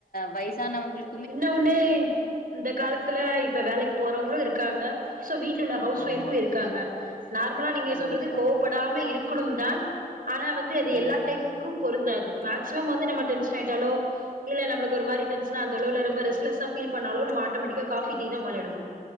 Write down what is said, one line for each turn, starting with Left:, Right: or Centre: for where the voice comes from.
Left: வயசானவங்களுக்
Right: இன்னு ஒன்னு இந்தக் காலத்துல இப்ப வேலைக்கு போறவங்களு இருக்காங்க சோ வீட்ல உள்ள ஹவுஸ்
Left: ஆமா,
Right: ஒய்ஃபு இருக்காங்க நார்மலா நீங்க
Left: கண்டிப்பா.
Right: சொல்றது கோவப்படாம இருக்கணும் தான் ஆனா வந்து
Left: ம்.
Right: எல்லா டைமு க்கும் பொருந்தாது மேக்சிமம் வந்து நம்ம டென்ஷனாயிட்டாலோ இல்ல நம்மளுக்கு ஒரு மாரி டென்ஷ் அந்தளவுல ரொம்ப ரெஸ்லஸ்ஸா ஃபீல் பண்ணாலோ நம்ம ஆட்டோமெட்டிக்கா காஃபி டீ தா மொதல்ல எடுக்கனு